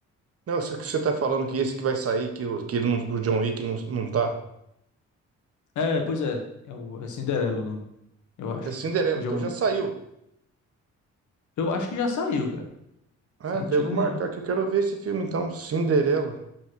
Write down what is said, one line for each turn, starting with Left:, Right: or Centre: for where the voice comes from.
Right: Não, isso que você tá falando que esse que vai sair, que, o- que, ele não, que o John Wick não, não tá.
Left: É, pois é. É, o, é Cinderela o nome, eu acho.
Right: É Cinderela,
Left: John,
Right: então já saiu.
Left: eu acho que já saiu, cara.
Right: Ah,
Left: Sem
Right: até
Left: mentira
Right: eu vou
Left: nenhuma.
Right: marcar que eu quero ver esse filme então, Cinderela.